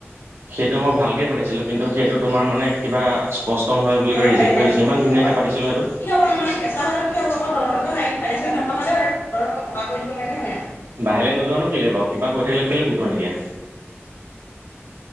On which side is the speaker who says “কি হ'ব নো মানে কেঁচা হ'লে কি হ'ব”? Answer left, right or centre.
Left